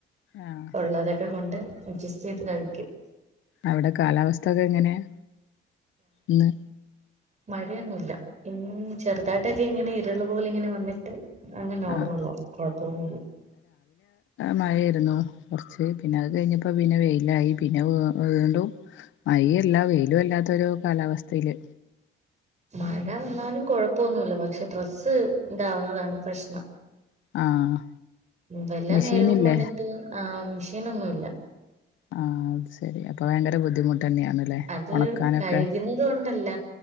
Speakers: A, on the left (about 75°); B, on the right (about 35°).
A: ആഹ്
B: ഉള്ളതൊക്കെ കൊണ്ട് അഡ്ജസ്റ്റ് ചെയ്ത് കഴിക്കും
A: അവിടെ കാലാവസ്ഥ ഒക്കെ എങ്ങനെയാ ഇന്ന്
B: മഴയൊന്നും ഇല്ല ഇ ചെറുതായിട്ടൊക്കെ ഇങ്ങനെ ഇരുള് പോലെ ഇങ്ങനെ വന്നിട്ട് അങ്ങ് നോർമലാവും
A: ആഹ്
B: കൊഴപ്പൊന്നും ഇല്ല
A: മഴായിരുന്നു കുറച്ച് പിന്നെ അത് കഴിഞ്ഞപ്പോ പിന്നെ വെയിലായി പിന്നെ വീണ്ടും മൈ അല്ല വെയിലും അല്ലാത്തൊരു കാലാവസ്ഥയില്
B: മഴ വന്നാലും കുഴപ്പൊന്നുല്ല പക്ഷെ ഡ്രസ്സ് ണ്ടാവുന്നതാണ് പ്രശ്നം
A: ആഹ്
B: വല്ലാ
A: മെഷീനില്ലേ
B: നേരവും വന്നിട്ട് ആ മെഷീനൊന്നും ഇല്ല
A: ആ അത് ശരി അപ്പൊ ഭയങ്കര ബുദ്ധിമുട്ട് തന്നെയാണല്ലേ
B: അത്
A: ഉണക്കാനൊക്കെ
B: കഴുകുന്നത് കൊണ്ടല്ല